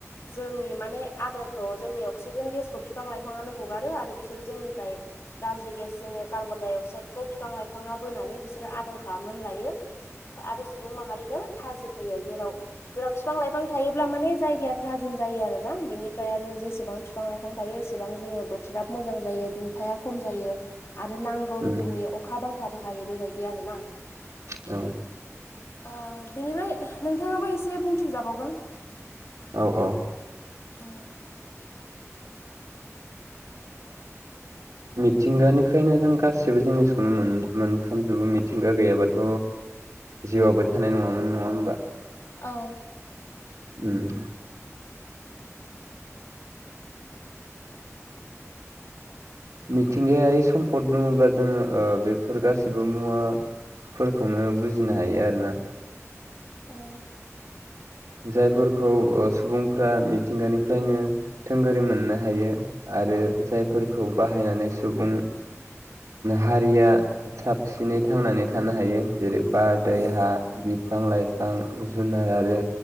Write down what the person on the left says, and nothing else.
जोंनि माने आदारखौ जोंनि अक्सिजेन गेसखौ बिफां लाइफाङानो हगारो आरो बिसोरो जोंनिखाय गाज्रि गेस जोङो कार्बन डाइ अक्साइदखौ फिफां लाइफाङा बोनानै बिसोरो आदार खालामनानै लायो आरो सुबुं माहारिनो थाजिम होयो जेराव जेराव बिफां लाइफां थायोब्ला माने जायगाया थाजिम जायो आरो ना बेनिफ्राय आरो जेसेबां बिफां लाइफां थायो एसेबां जोङो बोथोराबो मोजां जायो दुंथाया खम जायो आरो नांगौ
रोखोमनि अखा बांखाबो हायो बेबायदि आरो ना
ओ बेनिफ्राय नोंथाङाबो एसे बुंथिजाबावगोन
अ
औ
ओं
उम